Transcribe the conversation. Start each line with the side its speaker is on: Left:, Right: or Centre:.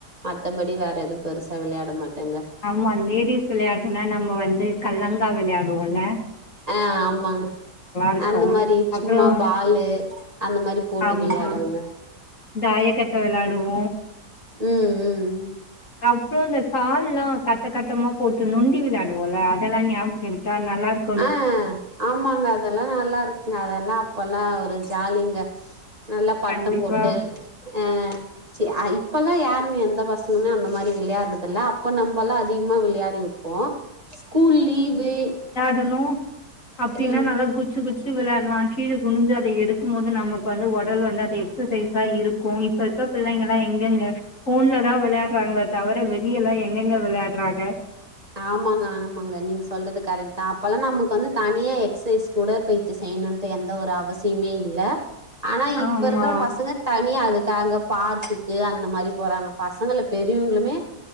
Right: மத்தபடி வேற எது பெருசா விளையாட மாட்டேங்க
Left: ஆமா லேடிஸ் விளையாட்டுனா நம்ம வந்து கல்லங்கா விளையாடுவோல
Right: ஆ ஆமாங்க
Left: இருக்கு
Right: அந்த மாரி
Left: அப்றோ
Right: சும்மா பாலு அந்த மாரி போட்டு
Left: ஆமா
Right: விளையாடுவங்க
Left: தாயக்கட்ட வெளாடுவோ
Right: ம் ம்
Left: அப்றோ இந்த கால்லா கட்ட கட்டமா போட்டு நொண்டி விளாடுவோல அதெல்லா ஞாபக்ச்சுல இருக்கா நல்லார்
Right: ஆ ஆமாங்க அதெல்லா நல்லாரு அதெல்லா அப்பல்லா ஒரு ஜாலிங்க நல்லா பட்டம்
Left: கண்டிப்பா
Right: போட்டு அ சி ஐ இப்பல்லா யாருங்க எந்த பசங்கமே அந்த மாரி விளையாறதில்ல அப்ப நம்பல்லா அதிகமா விளையாடிர் போ ஸ்கூல் லீவு
Left: டனு அப்டின்னா
Right: ம்
Left: நல்லா குச் ச்சு குச்சு விளாட்லா கீழ குனி்ஞ்சு அத எடுக்கும்போது நமக்கு வந்து உடல் வந்து அது எக்ஸசைஸா இருக் கு இப்ப இருக்க பிள்ளைங்கலா எங்கங்க ஃபோன்ல தா விளையாறாங்ள தவர வெளியெல்லா எங்கெங்க விளையாட்றாங்க
Right: ஆமாங்க ஆமாங்க நீங் சொல்றது கரக்தா அப்பல்லா நமக்கு வந்து தனியா எக்ஸ்சைஸ் துடற்பயிற்சி செய்ணுன்ட்டு எந்த ஒரு அவசியமே இல்ல ஆனா
Left: ஆமா
Right: இப்ப இருக்ற பசங்க தனியா அதுக்காங்க பார்க்குக்கு அந்த மாரி போறாங்க பசங்கள பெரியவுங்களுமே